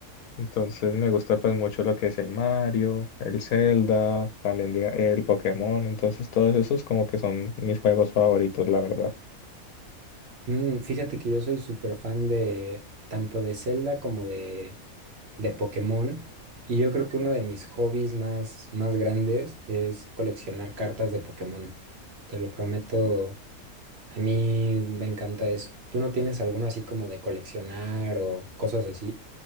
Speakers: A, on the left; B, on the right.
A: Entonces me gusta pues mucho lo que es el Mario, el Zelda, también diga- el Pokémon, entonces todos esos como que son mis juegos favoritos, la verdad.
B: Mm, fíjate que yo soy súper fan de tanto de Zelda como de, de Pokémon. Y yo creo que uno de mis hobbies más, más grandes es coleccionar cartas de Pokémon. Te lo prometo, a mí me encanta eso. ¿Tú no tienes alguno así como de coleccionar o cosas así?